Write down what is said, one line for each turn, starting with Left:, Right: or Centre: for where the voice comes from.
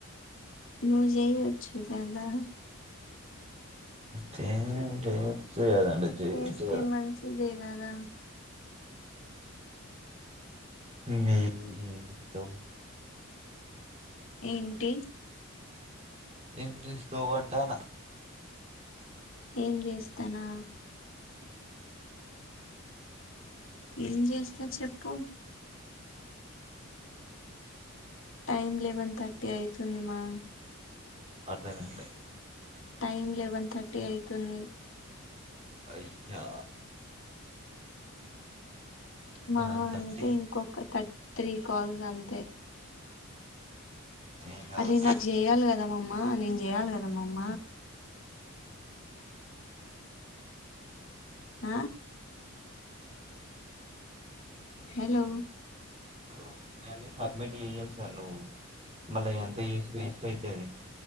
Left: నువ్వు చేయొచ్చు కదా
Right: పేమెంటు చేయొచ్చు కదా చేయొచ్చు
Left: వేస్తే మంచిది గదా
Right: హు హు ఏమి తో
Left: ఏంటి
Right: ఏం చేస్తా అంటానా
Left: ఏం చేస్తానా ఏం చేస్తినా చెప్పు టైమ్ లెవెన్ థర్టీ అయితుందిమ్మా
Right: అర్ధ కే
Left: టైమ్ లెవెన్ థర్టీ అయితుంది
Right: అయ్యా
Left: మా
Right: వన్ థర్టీ
Left: అంటే ఇంకొక థర్ త్రీ కాల్స్ అంతే
Right: ఏం కాదు
Left: అరే నాకు చేయాలి కదా మమ్మ నేను చేయాలి కదమ్మమ్మ ఆ హలో
Right: హలో ఎన్ని సబ్మిట్ చేయ్య సను మళ్ళ ఎంత చేసి వేస్ట్ అయితది